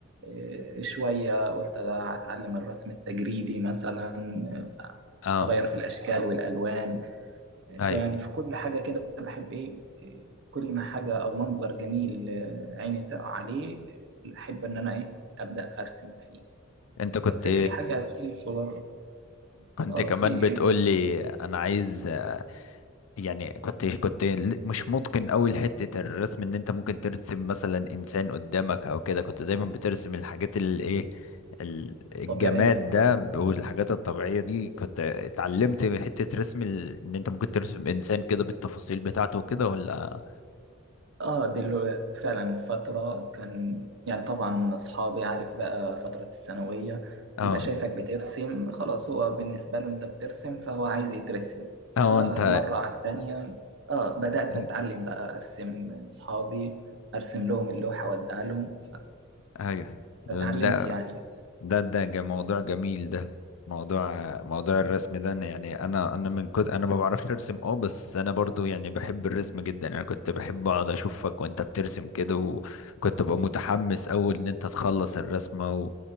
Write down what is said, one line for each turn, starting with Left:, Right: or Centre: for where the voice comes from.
Right: آه، شوية قلت اتعلم الرسم التجريدي مثلا
Left: اه
Right: اغير في الاشكال والالوان
Left: ايوه
Right: فيعني في كل حاجة كده بحب ايه آه، كل ما حاجة او منظر جميل آه، عيني تقع عليه احب ان انا ايه ابدأ ارسم فيه
Left: انت كنت
Right: ففي حاجات في صور
Left: كنت
Right: اه
Left: كمان
Right: في
Left: بتقول لي انا عايز آه، يعني كنت كنت ل- مش متقن قوي لحتة الرسم ان انت ممكن ترسم مثلا انسان قدامك او كده كنت دايما بترسم الحاجات اللي ايه ال- الجماد
Right: طبيعية اه
Left: ده ب- والحاجات الطبيعية دي كنت اتعلمت حتة رسم ال... ان انت ممكن ترسم انسان كده بالتفاصيل بتاعته وكده ولا
Right: اه دي اللي فعلا فترة كان يعني طبعا أصحابي عارف بقى فترة الثانوية
Left: اه
Right: يبقى شايفك بترسم خلاص هو بالنسبة له أنت بترسم فهو عايز يترسم
Left: اه
Right: فمرة
Left: انت
Right: على التانية اه بدأت
Left: <laughs>
Right: أتعلم بقى أرسم أصحابي أرسم لهم اللوحة وأديها لهم
Left: ايوه
Right: فاتعلمت
Left: ده
Right: يعني
Left: ده ده ج- موضوع جميل ده موضوع موضوع الرسم ده أنا يعني انا انا من كنت انا ما بعرفش ارسم اه بس انا برضو يعني بحب الرسم جدا يعني انا كنت بحب اقعد اشوفك وانت بترسم كده وكنت ببقى متحمس اول ان انت تخلص الرسمة